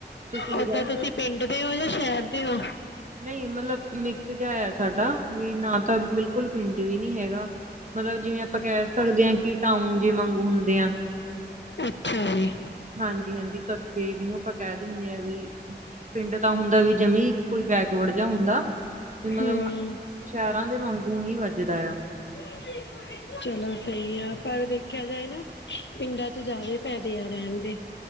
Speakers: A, on the right; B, on the left.
A: ਤੁਸੀਂ ਲਗਾਏ
B: ਓਹਦਾਂ ਤੁਸੀ
A: ਫਿਰ
B: ਪਿੰਡ ਦੇ ਹੋ ਯਾ ਸ਼ਹਿਰ ਦੇ ਹੋ।
A: ਨਹੀਂ ਮਤਲਬ ਮਿਕਸ ਜਿਹਾਆ ਸਾਡਾ। ਵੀ ਨਾ ਤਾ ਬਿਲਕੁਲ ਪਿੰਡ ਵੀ ਨੀ ਹੈਗਾ ਮਤਲਬ ਜਿਵੇਂ ਆਪਾਂ ਕਹਿ ਸਕਦੇ ਹਾਂ ਕਿ ਟਾਉਨ ਜੇ ਮਾਂਗੂੰ ਹੁੰਦਿਆਂ
B: ਅੱਛਾ ਜੀ
A: ਹਾਂਜੀ-ਹਾਂਜੀ ਕਸਬੇ ਜਿਹਨੁੰ ਆਪਾਂ ਕਹਿ ਦਿੰਨੇਂ ਆ ਵਈ ਪਿੰਡ ਤਾਂ ਹੁੰਦਾ ਵੀ ਜਮੀਂ ਕੋਈ ਬੈਕਵਰਡ ਜਿਹਾ ਹੁੰਦਾ ਵਈ ਮਤਲਬ
B: ਹਮ
A: ਸ਼ਹਿਰਾਂ ਦੇ ਵਾਂਗੂ ਹੀ ਵੱਜ ਜਦਾ ਆ
B: <inaudible> ਚਲੋ ਸਹੀ ਆ ਪਰ ਦੇਖਿਆ ਜਾਏ ਨਾਂ ਪਿੰਡਾਂ ਚ ਜਿਆਦੇ ਫ਼ਾਇਦੇ ਆਂ ਰਹਿਣ ਦੇ।